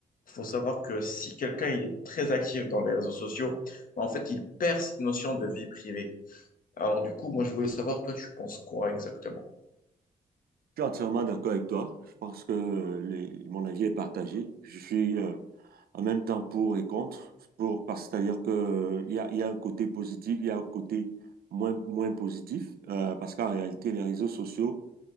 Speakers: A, on the left; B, on the right.
A: il faut savoir que si quelqu'un il est très actif dans les réseaux sociaux, bah, en fait, il perd cette notion de vie privée. Alors du coup, moi je voulais savoir, toi tu penses quoi exactement?
B: Je suis entièrement d'accord avec toi. Je pense que euh, les- mon avis est partagé. Je suis euh, en même temps pour et contre, pour, parce que c'est-à-dire que euh, il y a, il y a un côté positif, il y a un côté moins, moins positif, euh, parce qu'en réalité, les réseaux sociaux